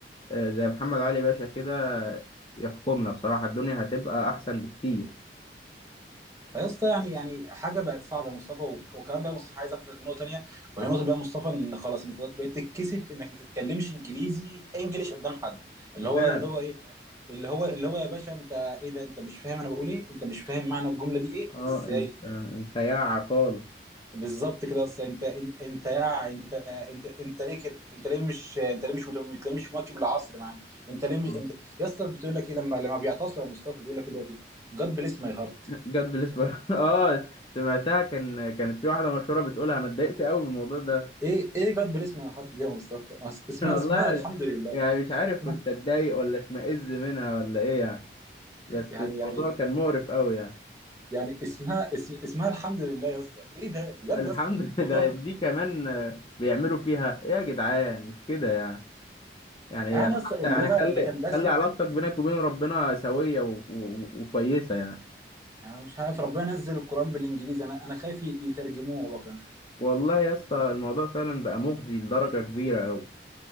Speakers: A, on the left; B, on the right.
A: آه، زي محمد علي باشا كده يحكمنا بصراحة الدنيا هتبقى أحسن بكتير
B: فيا اسطى يعني يعني حاجه بقت صعبه يا مصطفى و- وكمان بقى مصطفى عايز اخدك نقطه تانيه وهي نقطه بقى مصطفى ان خلاص انت دلوقتي بقيت تتكسف انك ما تتكلمش انجليزي انجليش قدام حد اللي هو
A: فعلا
B: اللي هو ايه اللي هو اللي هو يا باشا انت ايه ده انت مش فاهم انا بقول ايه انت مش فاهم معنى الجمله دي ايه
A: اه
B: ازاي
A: انت انت يا عقال
B: بالظبط كده اصل انت انت انت يا انت انت انت ليه كده انت ليه مش انت ليه مش متم- انت ليه مش مواكب العصر معانا انت ليه مش
A: آه.
B: انت يا اسطى بتقول لك ايه لما لما بيعتصوا يا مصطفى بيقول لك ايه دلوقتي God bless my heart
A: جد بالنسبة <laughs> اه سمعتها كان كانت في واحدة مشهورة بتقولها انا اتضايقت قوي من الموضوع ده
B: ايه ايه جاد بليس من حرف دي يا مصطفى أس-
A: <laughs>
B: اسمها
A: والله
B: اسمها
A: أنا
B: الحمد لله
A: يعني مش عارف
B: <laughs>
A: كنت اتضايق ولا اشمئز منها ولا ايه يعني بس
B: يعني
A: الموضوع
B: يعني
A: كان مقرف قوي يعني
B: يعني اسمها اسم اسمها الحمد لله يا اسطى ايه ده بجد
A: الحمد
B: يا اسطى
A: <laughs> لله
B: موضوع
A: دي كمان آه، بيعملوا فيها ايه يا جدعان مش كده يعني
B: يعني
A: حتى
B: يا اسطى اللغه
A: يعني خلي
B: بتندثر
A: خلي علاقتك بينك وبين ربنا سوية و... و... وكويسة يعني
B: انا مش عارف ربنا نزل القران بالانجليزي انا انا خايف يترجموه هو كمان
A: والله يا اسطى الموضوع فعلا بقى مخزي لدرجة كبيرة أوي